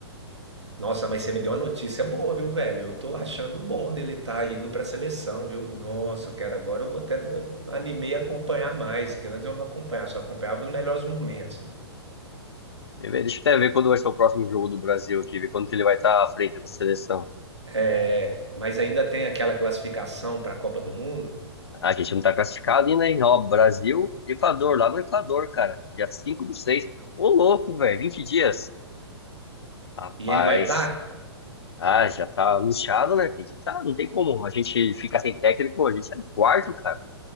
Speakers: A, on the right (about 80°); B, on the left (about 65°).
A: Nossa, mas você me deu uma notícia boa, viu, velho? Eu tô achando bom dele estar tá indo pra seleção, viu? Nossa, eu quero agora, eu vou até animei a acompanhar mais, que antes eu não acompanhava, só acompanhava os melhores momentos, né?
B: Quer ver? Deixa eu até ver quando vai ser o próximo jogo do Brasil aqui, ver quando que ele vai estar à frente da seleção.
A: É, mas ainda tem aquela classificação para a Copa do Mundo
B: A gente não tá classificado ainda, hein? Ó, Brasil, Equador, lá no Equador, cara. Dia 5 do 6. Ô, louco, velho, Vinte dias. Rapaz.
A: e ele vai estar, tá,
B: Ah, já tá anunciado, né? Tem que tá, não tem como. A gente ficar sem técnico, a gente tá em quarto, cara.